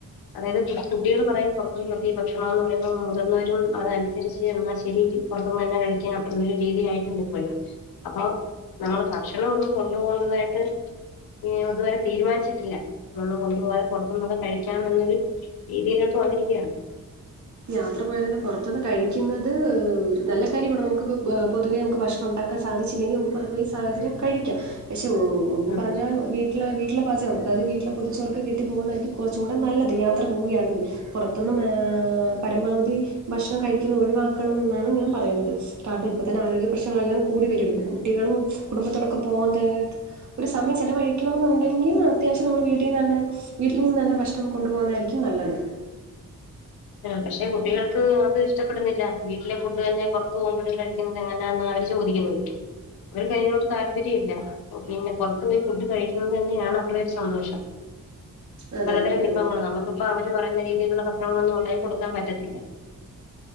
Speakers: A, on the left; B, on the right.
A: അതായത് കുട്ടികള് പറയും പുറ്ത്ത്ന്ന് ഈ ഭക്ഷണം എന്ന് പറയുമ്പോ മുതിർന്നവരും അതനുസരിച്ച് എന്നാ ശരി പുറത്തുന്ന് തന്നെ കഴിക്കാം എന്നൊര് രീതിയായിട്ടുണ്ട് ഇപ്പഴ് അപ്പ നമ്മള് ഭക്ഷണം ഒന്നും കൊണ്ട് പോകുന്നതായിട്ട് ഈ ഇതുവരെ തീരുമാനിച്ചിട്ടില്ല വട്ന്ന് കൊണ്ട് പോയാ പുറത്തന്ന് ഒക്കെ കഴിക്കാന്ന് ള്ള ഒരു രീതിയിലേക്ക് വന്നിരിക്ക്യാണ്
B: യാത്ര പോയ തന്നെ പുറത്തന്ന് നിന്ന് കഴിക്കുന്നത് നല്ല കാര്യമാണ് നമുക്കിപ്പോ പൊതുവെ നമുക്ക് ഭക്ഷണം ഉണ്ടാക്ക ഒക്കെ സാധിച്ചില്ലെങ്കിൽ നമുക്ക്പുറത്ത് പോയി സാഹചര്യം കഴിക്കാം പക്ഷേ ഒന്ന്
A: ഉം
B: പറഞ്ഞാൽ വീ ട്ട് ലെ വീട്ടിലെ പാചക അതായത് വീട്ടിലെ പൊതിച്ചോറ് ഒക്കെ കെട്ടിപോകുന്ന തായിരിക്കും കൊറച്ച് കൂടെ നല്ലത് യാത്ര പൊവുകയാണങ്കി പുറത്തന്ന് ഏ പരമാവധി ഭക്ഷണം കഴിക്കുന്നത് ഒഴിവാക്കണം എന്നാണ് ഞാൻ പറയുന്നത് <unintelligible> ഇപ്പ തന്നെ ആരോഗ്യ പ്രശ്നങ്ങളെല്ലാം കൂടി വര്ണ്ട് കുട്ടികളും കുടുംബത്തോടൊക്കെ പോവാ തെയ്യാറട്ത് ഒരു സമയം ചെലവഴിക്കണം ന്നുണ്ടെങ്കിൽ അത്യാവശ്യം നമ്മടെ വീട്ടീന്ന് തന്നെ വീട്ടിൽ നിന്ന്തന്നെ ഭക്ഷണം കൊണ്ട് പോകുന്നതായിരിക്കും നല്ലത്
A: പക്ഷെ കുട്ടികൾക്ക് അത് ഇഷ്ടപ്പെടുന്നില്ല വീട്ടിലെ ഫുഡ് തന്നെ പുറത്ത് പോകുമ്പോഴും കഴി ക്കുന്ന എങ്ങനാന്ന് അവര് ചോദിക്കുന്നത് അവരക്ക് അയിനോട് താല്പര്യം ഇല്ല പിന്നെ പൊറത്ത് പോയി ഫുഡ് കഴിക്കണ്ണം തന്നെയാണ് അവരുടെ ഒരു സന്തോഷം
B: അതെ
A: പലതരം
B: അതെ
A: വിഭവ
B: ഓ
A: ങ്ങൾനമുക്കിപ്പ അവര് പറയുന്ന രീതിയിലുള്ള ഭക്ഷണങ്ങ ളൊന്നും ഇണ്ടാക്കികൊടുക്കാൻ പറ്റത്തില്ല